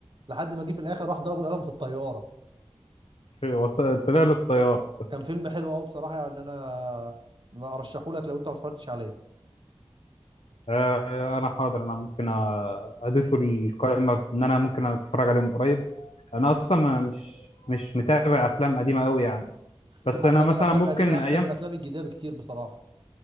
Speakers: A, on the right (about 55°); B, on the left (about 80°).
A: لحد ما جه في الاخر راح ضربوا القلم في الطياره
B: <laughs> وص- طلع له الطيار
A: كان فيلم حلو قوي بصراحه يعني انا ارشحه لك لو انت ما اتفرجتش عليه
B: آه انا حاضر انا ممكن آه، اضيفه القائمه ان انا ممكن اتفرج عليهم قريب انا اصلا مش مش متابع افلام قديمه قوي يعني بس
A: لا
B: انا
A: ده انا
B: مثلا
A: الافلام
B: ممكن
A: القديمه
B: من
A: احسن
B: ايام
A: من الافلام الجديده بكتير بصراحه